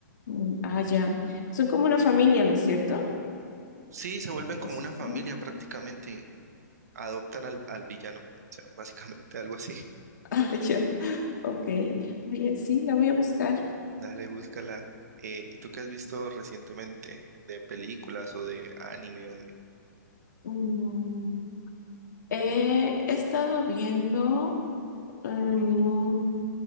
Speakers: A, on the left; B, on the right.
A: mm, ah, ya. Son como una familia, ¿no es cierto?
B: Sí, se vuelven
A: Los-
B: como una familia
A: ¿no?
B: prácticamente, adoptan al, al villano, o sea, <laughs> básicamente algo así.
A: Ah, <laughs> ya. Ok. Oye, sí, la voy a buscar.
B: Dale, búscala. Eh, ¿y tú qué has visto recientemente de películas o de anime o de,
A: Mm, eh, he estado viendo. mm,